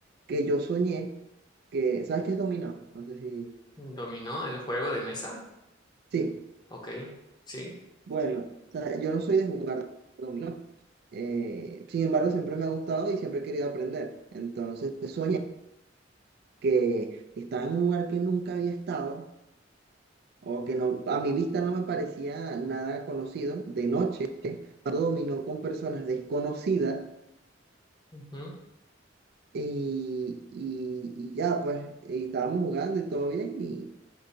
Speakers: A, on the right (about 55°); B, on the left (about 20°).
A: que yo soñé que, ¿sabes qué es dominó? No sé si,
B: ¿Dominó el juego de mesa?
A: sí,
B: Ok, sí.
A: Bueno, o sea, yo no soy de jugar dominó. Eh, sin embargo, siempre me ha gustado y siempre he querido aprender. Entonces, soñé que estaba en un lugar que nunca había estado o que no, a mi vista no me parecía nada conocido de noche, jugando dominó con personas desconocidas
B: Ujú.
A: y, y- y ya, pues, y estábamos jugando y todo bien y,